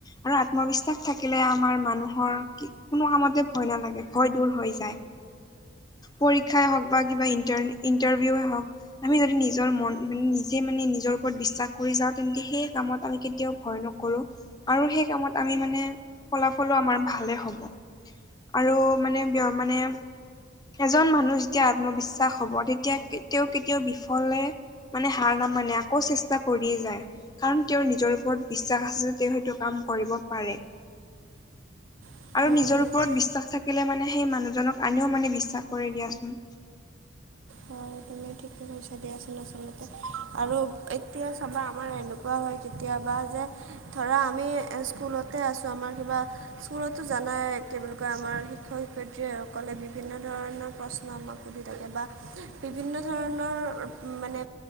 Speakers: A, on the left; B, on the right.
A: আৰু আত্মবিশ্বাস থাকিলে আমাৰ মানুহৰ কি কোনো কামতে ভয় নালাগে ভয় দূৰ হৈ যায়। পৰীক্ষাই হওঁক বা কিবা ইনতাৰ ইন্টাৰভিউে হওক- আমি যদি নিজৰ মন মানে নিজে মানে নিজৰ ওপৰত বিশ্বাস কৰি যাওঁ তেন্তে সেই কামত আমি কেতিয়াও ভয় নকৰো আৰু সেই কামত আমি মানে ফলাফলো আমাৰ ভালে হ'ব। আৰু মানে বিয় মানে এজন মানুহ যেতিয়া আত্মবিশ্বাস হ'ব, তেতিয়া তেওঁ কেতিয়াও বিফলে- মানে হাৰ নামানে আকৌ চেষ্টা কৰিয়ে যায়। কাৰণ তেওঁৰ নিজৰ ওপৰত বিশ্বাস আছে যে তেওঁসেইটো কাম কৰিব পাৰে।
B: হয়।
A: আৰু নিজৰ ওপৰত বিশ্বাস থাকিলে মানে সেই মানুহজনক আনেও মানে বিশ্বাস কৰে দিয়াচোন।
B: হয় তুমি ঠিকে কৈছা দিয়াচোন আচলতে আৰু এতিয়া চাবা আমাৰ এনেকুৱা হয় কেতিয়াবা যে, ধৰা আমি স্কুলতে আছোঁ আমাৰ কিবা স্কুলতো জানাই কি বুলি কয় আমাৰ শিক্ষক শিক্ষয়িত্ৰী, সকলে বিভিন্ন ধৰণৰ প্ৰশ্ন আমাক সুধি থাকে। বা বিভিন্ন- ধৰণৰ মানে